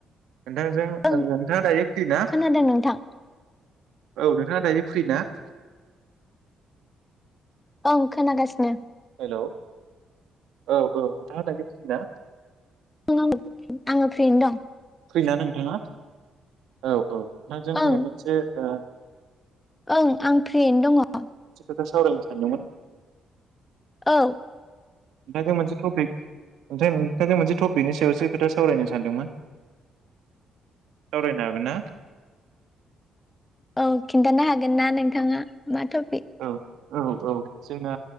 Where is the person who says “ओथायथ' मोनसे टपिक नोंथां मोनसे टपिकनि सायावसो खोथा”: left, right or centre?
Right